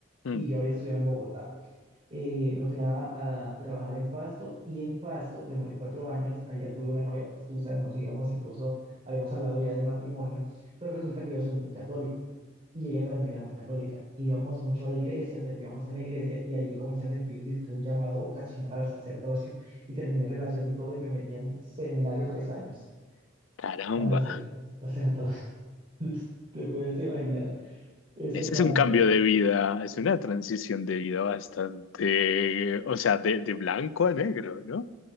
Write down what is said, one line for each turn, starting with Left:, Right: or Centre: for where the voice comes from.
Left: Mm,
Right: y yo había estudiado en Bogotá. eh, me fui a, a trabajar en Pasto y en Pasto demoré cuatro años, allá tuve una novia pastusa, nos íbamos incluso, habíamos hablado ya del matrimonio, pero resulta que yo soy muy católico y ella también era muy católica. Íbamos mucho a la iglesia, servíamos en la iglesia y allí comencé a sentir dizque, un llamado vocacional al sacerdocio y terminé relación y todo y me metí a un seminario tres años
Left: caramba,
Right: para ser sacerdote. <laughs> Te puedes imaginar ese
Left: ese
Right: cambio.
Left: es un cambio de vida, es una transición de vida bastante, o sea, de, de blanco a negro, ¿no?